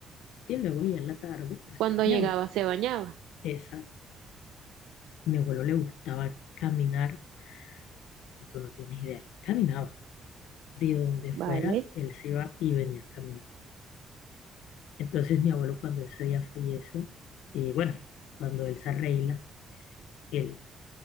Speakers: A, on the left; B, on the right.
A: y luego ya en la tarde pues
B: Cuando
A: se bañaba.
B: llegaba se bañaba.
A: Esa, mi abuelo le gustaba caminar, como tú no tienes idea, él caminaba. De donde
B: Vale.
A: fuera, él se iba y venía a caminar. Entonces mi abuelo cuando ese día fallece, y bueno, cuando él se arregla, Él